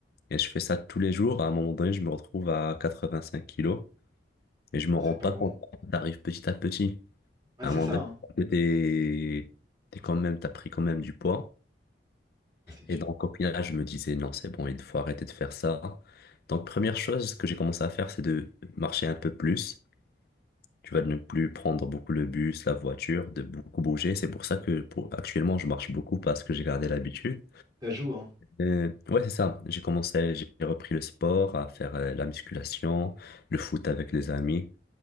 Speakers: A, on the left; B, on the right.
A: Et je fais ça tous les jours. À un moment donné, je me retrouve à 85 kilos et je me
B: Ah,
A: rends
B: c'est
A: pas
B: pas bon.
A: compte. T'arrives petit à petit.
B: Ah,
A: À
B: c'est
A: un moment
B: ça,
A: donné,
B: hein.
A: t'es, t'es quand même, t'as pris quand même du poids.
B: Ah, c'est sûr.
A: Et donc, au final, je me disais, non, c'est bon, il faut arrêter de faire ça. Donc, première chose que j'ai commencé à faire, c'est de marcher un peu plus. Tu vas ne plus prendre beaucoup le bus, la voiture, de beaucoup bouger. C'est pour ça que pour, actuellement, je marche beaucoup parce que j'ai gardé l'habitude.
B: Ça joue, hein.
A: Euh, ouais, c'est ça. J'ai commencé, j'ai repris le sport, à faire euh, la musculation, le foot avec les amis